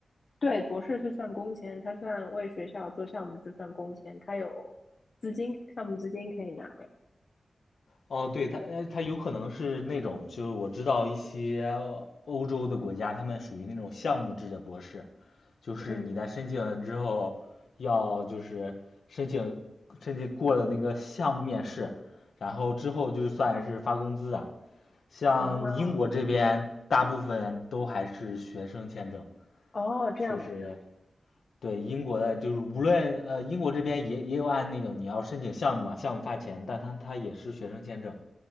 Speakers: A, on the left; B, on the left.
A: 对博士是算工钱，他算为学校做项目就算工钱，他有资金项目资金可以拿的。
B: 哦，对，它呃它有可能是那种，就是我知道一些欧洲的国家，他们属于那种项目制的博士，就是你在申请了之后，
A: 嗯。
B: 要就是申请申请过了那个项目面试，然后之后就算是发工资的。像英国这边，
A: 啊，
B: 大部分都还是学生签证，
A: 哦，这样的事儿，
B: 就是对英国的，就是无论呃英国这边也也有案例有，你要申请项目嘛，项目发钱，但它它也是学生签证，